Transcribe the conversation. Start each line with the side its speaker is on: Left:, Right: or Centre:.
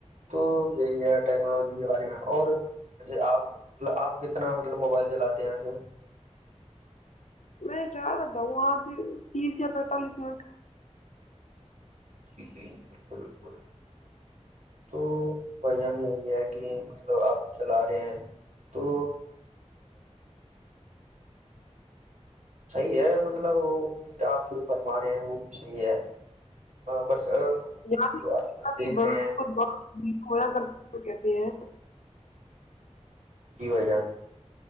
Right: تو یہی ہے ٹیکنالوجی کے بارے میں اور جیسے آپ آپ کتنا مطلب موبائل چلاتے ہیںے
Left: میں چاہ کرتا ہوں آج تیس یا پینتالیس منٹ
Right: جی جی جی بالکل بالکل تو بھائی جان میں یہ ہے کہ مطلب آپ چلا رہے ہیں تو صحیح ہے مطلب وہ بھی آپ جو فرما رہے ہیں وہ بھی صحیح ہے بٹ ہم
Left: یا
Right: جو آج کل دیکھ
Left: کہ بل
Right: رہے ہیں
Left: ب ہویا کرتے ہوئے کہتے ہیں
Right: جی بائی جان